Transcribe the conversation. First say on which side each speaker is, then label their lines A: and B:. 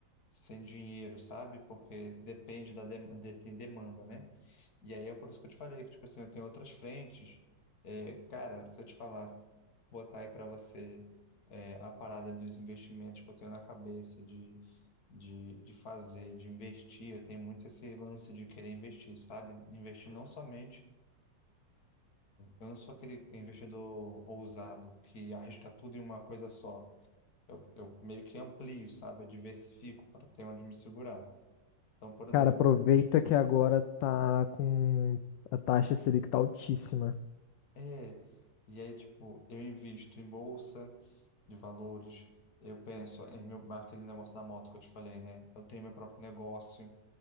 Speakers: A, on the left; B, on the left.
A: sem dinheiro, sabe? Porque depende da dem- de- tem demanda, né? E aí é por isso que eu te falei que, tipo assim, eu tenho outras frentes. É, cara, se eu te falar, botar aí para você é, a parada dos investimentos que eu tenho na cabeça de, de, de fazer, de investir, eu tenho muito esse lance de querer investir, sabe? Investir não somente. Eu não sou aquele investidor ousado que arrisca tudo em uma coisa só. Eu, eu meio que amplio, sabe? Eu diversifico para ter onde me segurar. Então, por exemplo,
B: Cara, aproveita que agora tá com a taxa Selic tá altíssima.
A: É, e aí, tipo, eu invisto em bolsa de valores, eu penso em meu, aquele negócio da moto que eu te falei, né? Eu tenho meu próprio negócio,